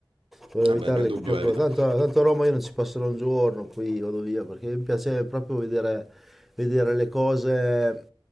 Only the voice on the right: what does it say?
Vabbè,
nel dubbio
evita.